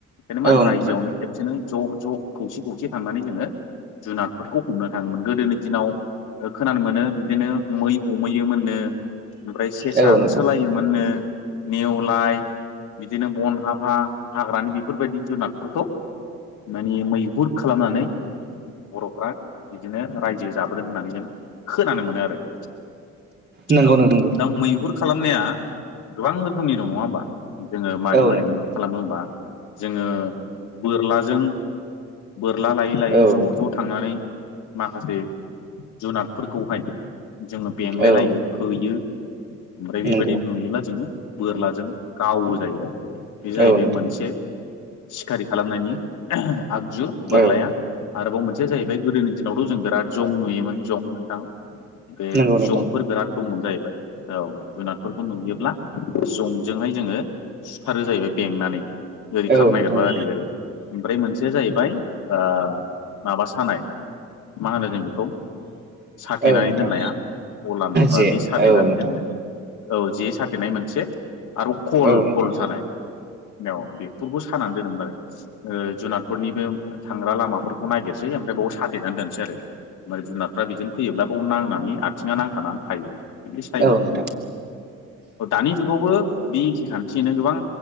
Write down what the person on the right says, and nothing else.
औ
नोंथां
औ
नोंथां
नंगौ
नंगौ
औ
नोंथां
औ
नोंथां
औ
नंगौ
औ नोंथां
औ
नंगौ नोंथां
औ
नोंथां
औ नोंथां
जे
औ नोंथां
औ नोंथां
औ नोंथां